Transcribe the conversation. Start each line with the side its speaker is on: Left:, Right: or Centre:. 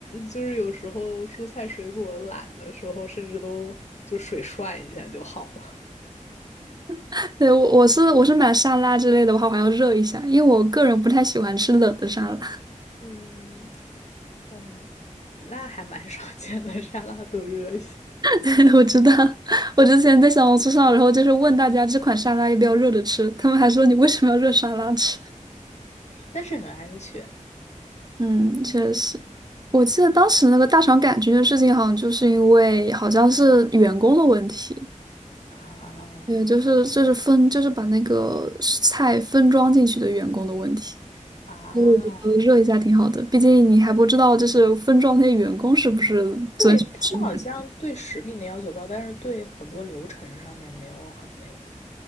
Left: 就是有时候蔬菜水果懒的时候，甚至都就水涮一下就好了。
Right: <laughs> 对，我我是我是买沙拉之类的，我还我还要热一下，因为我个人不太喜欢吃冷的沙拉。
Left: 嗯嗯，那还蛮少见的，沙拉都热一下，
Right: <laughs> 对，我知道，我之前在小红书上，然后就是问大家这款沙拉要不要热着吃，他们还说你为什么要热沙拉吃？
Left: 但是很安全
Right: 嗯，确实。我记得当时那个大肠杆菌的事情，好像就是因为好像是员工的问题，
Left: 啊
Right: 对，就是就是分就是把那个菜分装进去的员工的问题。
Left: 啊。
Right: 我觉得热一下挺好的，毕竟你还不知道就是分装那些员工是不是遵守吃饭。
Left: 对，他们好像对食品的要求高，但是对很多流程上面没有很那个，